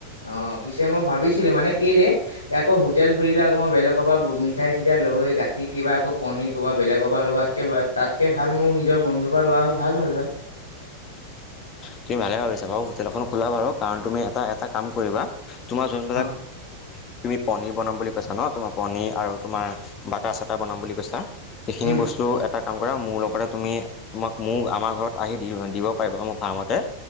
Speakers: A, on the left; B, on the left.
A: অ' পিছে মই ভাবিছিলো মানে কেলে আকৌ হোটেল খোলিলে আকৌ মই বেলেগৰ পৰা মিঠাই চিঠাই লৈ গাখীৰ কিবা আকৌ পনীৰ ক'ৰবা বেলেগৰ পৰা ল'ব তাতকে তাতকে ভাল মোৰ নিজৰ বন্ধুৰ পৰা লোৱা হয় ভাল। হয়।
B: তুমি ভালে ভাবিছা বাৰু হোটেলখন খোলা বাৰু কাৰণ তুমি এটা এটা কাম কৰিবা। তোমাৰ যোনবিলাক
A: অ
B: তুমি পনীৰ বনাম বুলি কৈছা ন তোমাৰ পনীৰ আৰু তোমাৰ বাটাৰ চটা বনাম বুলি কৈছা। সেইখিনি
A: উম
B: বস্তু এটা কাম কৰা মোৰ লগতে তুমি তোমাক মোৰ আমাৰ ঘৰত আহি দিব। পাৰ মোৰ ফাৰ্মতে,